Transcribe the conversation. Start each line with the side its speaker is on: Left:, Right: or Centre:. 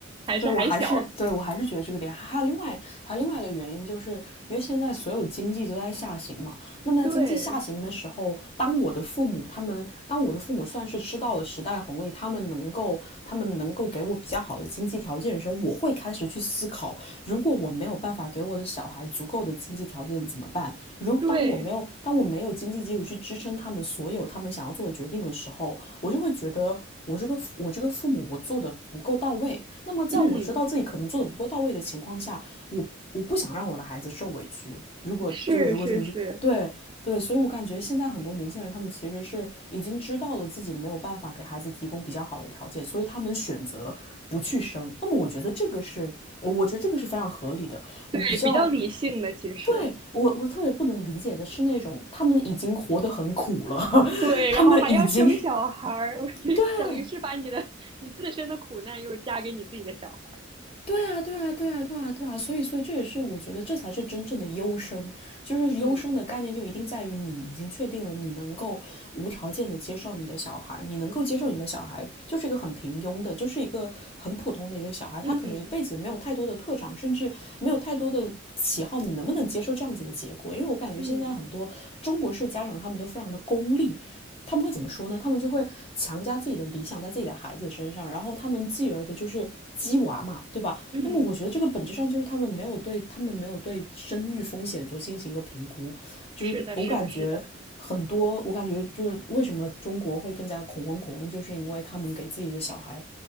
Right: 还是还小。
Left: 对我还是对我还是觉得这个点，还有另外还有另外一个原因，就是因为现在所有经济都在下行嘛。那么在经济下行的时候，
Right: 对
Left: 当我的父母他们，当我的父母算是吃到了时代红利，他们能够他们能够给我比较好的经济条件的时候，我会开始去思考如果我没有办法给我的小孩足够的经济条件怎么办？如当我没有当我没有经济基础去支撑他们所有他们想要做的决定的时候，
Right: 对，
Left: 我就会觉得我这个我这个父母我做的不够到位。那么在我知道自己可能做的不够到位的情况下，
Right: 嗯，
Left: 我我不想让我的孩子受委屈。如果就如果这么去对，
Right: 是是是，
Left: 对，所以我感觉现在很多年轻人，他们其实是已经知道了自己没有办法给孩子提供比较好的条件，所以他们选择不去生。那么我觉得这个是，我觉得这个是非常合理的。
Right: 对，
Left: 我比较
Right: 比较理性的其实。
Left: 对我我特别不能理解的是那种他们已经活得很苦了，<laughs>
Right: 对，
Left: 他们已经
Right: 然后还要生小孩儿，<laughs> 我觉得等于是把你的你自身的苦难又加给你自己的小孩儿。
Left: 对对啊，对啊，对啊，对啊，对啊，所以，所以这也是我觉得这才是真正的优生，就是优生的概念就一定在于你已经确定了你能够无条件的接受你的小孩你能够接受你的小孩就是一个很平庸的，
Right: 嗯
Left: 就是一个很普通的一个小孩他可能一辈子没有太多的特长，
Right: 嗯
Left: 甚至没有太多的喜好，你能不能接受这样子的结果？因为我感觉现在很多中国式家长他们都非常的功利，
Right: 嗯
Left: 他们会怎么说呢？他们就会强加自己的理想在自己的孩子身上，然后他们继而的就是鸡娃嘛，对吧？
Right: 嗯，
Left: 那么我觉得这个本质上就是他们没有对他们没有对生育风险做进行一个评估，就是我感觉很多，
Right: 是的，是的，是的，
Left: 我感觉就是为什么中国会更加恐婚恐育，就是因为他们给自己的小孩